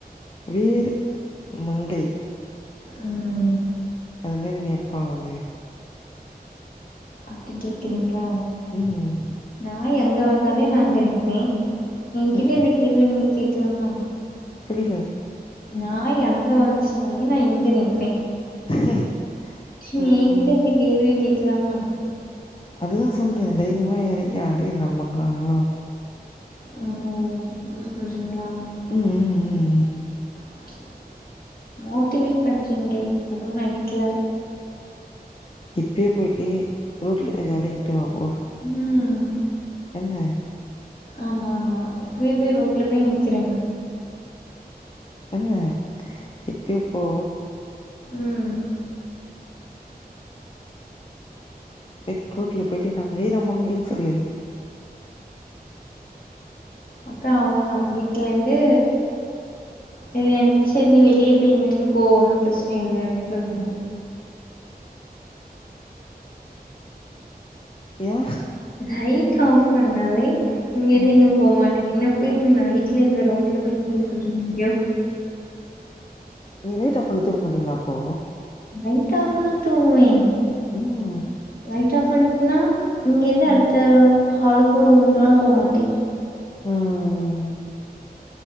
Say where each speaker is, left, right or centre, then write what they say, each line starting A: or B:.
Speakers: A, on the left; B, on the left.
A: வீர் மங்கை
B: ம்
A: அது மாரி நீ எப்ப ஆவது
B: அப்டி கேக்குறீங்களா
A: ம்
B: நாய் அங்க வந்தாலே நா இங்க நிப்பே எங்கிட்ட
A: ம்
B: இந்த கேள்விய நீங்க கேட்கலாமா
A: புரில
B: நாய் அங்க வந்துச்சுனாலே நா இங்க நிப்பே
A: <inaudible>
B: என்கிட்ட
A: ம்
B: இந்த கேள்விய கேக்கலாமா
A: அதுதா சொல்றே தைரியமா எறங்கி அடி இது நம்ம காலோ
B: ஆ அப்டி சொல்றீங்களா
A: ம்
B: <inaudible>
A: ம் ம் ம்
B: மோட்டிவேட் பண்றீங்ளே அதுவு நைட்ல
A: இப்பயை போயிட்டு ரோட்ல போய் ஜாலி நின்டுவா போ
B: ம்
A: என்ன
B: ஆமா ஆமா இப்பவே போய் ரோட்ல போய் நிக்கிறே
A: என்ன இப்பயே போ
B: ம்
A: வெத் ரோட்ல போயிட்டு நா வீரமங்கைன்னு சொல்லு
B: அப்றோ அவ்வளோதா வீட்லேந்து இல்ல எனக் செரி நீ வெளியே போய்‌ நின்னுக்கோ ஒன்னு பிரச்சன இல்ல அப்டின்னு சொல்வாங்கோ
A: எயே
B: லைட் ஆஃப் பண்ணாலே இங்கிருந்து
A: ம்
B: இங்க போமாட்டே என்ன போய் இந்த நைட்ல இந்த ரோட்ல போய் நிக்க சொல்றீங்க நீங்க
A: நீங்க லைட் ஆஃப் பண்ணிட்டு தூங்க மாட்டீங்களா அப்போ
B: லைட் ஆஃப்பன்னா தூங்குவே
A: <unintelligible>
B: லைட் ஆஃப் பன்னிட்டனா இங்க இருந்து அடுத்த
A: ம்
B: ஹாலுக்கோ ரூமுக்குலா போ‌மாட்டே
A: ம் ம்